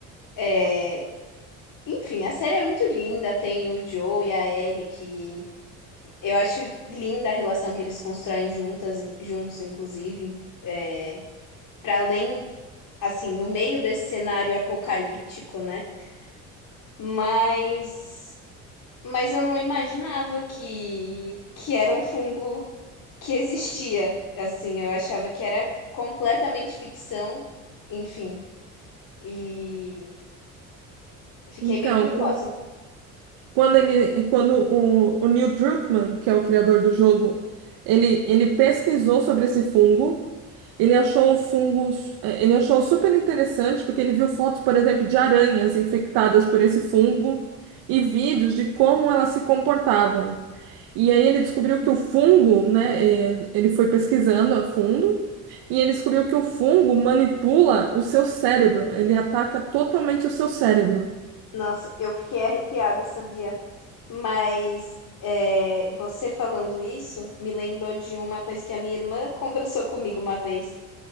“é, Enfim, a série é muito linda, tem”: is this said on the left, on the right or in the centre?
Left